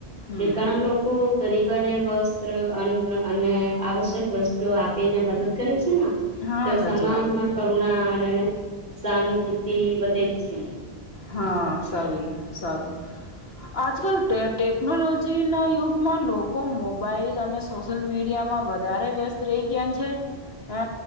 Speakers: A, on the left; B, on the right.
A: હમ
B: ઘણા લોકો ગરીબ બને વસ્ત્ર અન્ન અને આવશ્યક વસ્તુઓ આપીને મદદ કરે છે ના
A: હા
B: ત સમાજમાં
A: સાચી વાત હે.
B: <unintelligible> સહાનુભૂતિ વધે છે.
A: હા સારી સારું. આજકલ ટે ટેકનોલોજી ના યુગમાં લોકો મોબાઈલ અને સોશિયલ મીડિયા માં વધારે વ્યસ્ત રહી ગયા છે. અ